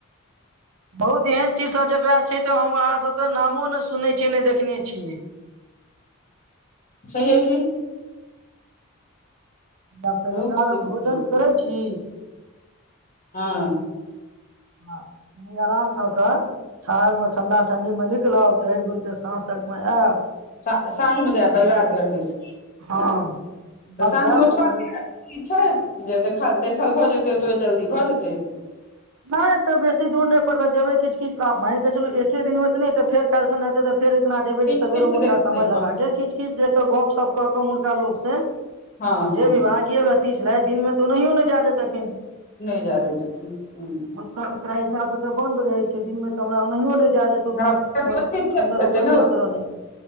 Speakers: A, on the right; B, on the left.
A: बहुत एहन चीजसभ जकरा छै तऽ हम अहाँसभ तऽ नामो ने सुनने छियै ने देखने छियै
B: छहिए की
A: आब कनि
B: बहुत
A: कालम
B: ठीक
A: भोजन
B: छै
A: करै छी
B: हँ
A: हँ नि अराम क क छाद में ठंडा ठंडी मे निकलब टहर बुल केे साँझ तक मे आयब
B: सा साँझ मे जायब बलराजगढ़ दिस
A: हँ उमहर
B: त साँझ
A: जायब
B: मे
A: तऽ
B: ओतबा
A: उमहर
B: कि छै जे देख देखल भऽ जेतै ओतबे जल्दी भऽ जेतै
A: नहि तऽ बेसी दूर नहि पड़बै जेबै किु किछु आब मानिक चलू एके दिनमे तऽ नहि तऽ फेर कालि खन हेतै तऽ फेर एक दिना जेबै
B: किछु
A: जे सबेरो
B: किछु
A: उड़का
B: देखबै
A: समय
B: हँ
A: लगा के किछ किछ देख कऽ गपशप कऽ के उर्का लोकग से
B: हँ
A: आब जे
B: हँ।
A: विभागीय व्यक्ति छलै दिनमे त ओनाहियो नहि जै दैतथिन
B: नहि जै दै छथिन ह्म
A: ओकरा हिसाब से त बन्द रहे छै दिन मे ते हमरा ओनाहियो ने नहि जाय दे
B: ह प्रतिबंधित क्षेत्र
A: अन्दर
B: हेतै
A: मे प्रवेश
B: ने
A: कर देत